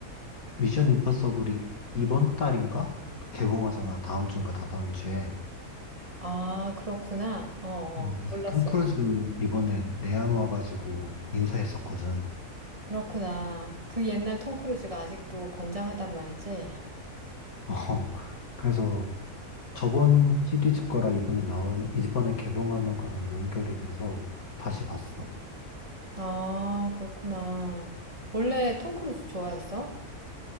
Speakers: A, on the left (about 65°); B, on the right (about 20°).
A: 미션 임파서블이 이번 달인가? 개봉하잖아. 다음 주인가 다다음 주에.
B: 아, 그렇구나. 어, 어,
A: 뭐, 그래서
B: 몰랐어.
A: 톰 크루즈 이번에 내한 와가지고 인사했었거든.
B: 그렇구나. 그 옛날 톰 크루즈가 아직도 건장하단 말이지?
A: <laughs> 어, 그래서 저번 시리즈 거랑 이번에 나온, 이번에 개봉하는 거랑 연결이 돼서 다시 봤어.
B: 아, 그렇구나. 원래 톰 크루즈 좋아했어?